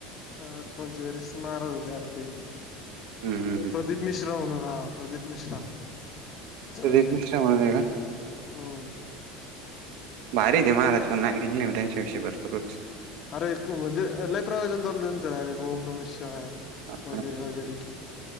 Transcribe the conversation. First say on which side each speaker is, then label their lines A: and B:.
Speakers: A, on the left; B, on the right.
A: अ कोणच्या तरी महाराज होते अदी
B: हम्म हम्म हम्म.
A: प्रदीप मिश्रा म्हणून आहात प्रदीप मिश्रा
B: रीप
A: होत ते
B: मिश्रा म्हणून आहे का
A: हम्म
B: भारी आहेे महाराजून नाऊ त्यांच्या विषय बरतो
A: अरे म्हणजे लही प्रवेशन चालतं ना स अरे गोम न मिशय
B: हा,
A: वगैरे
B: हा.
A: वगैरे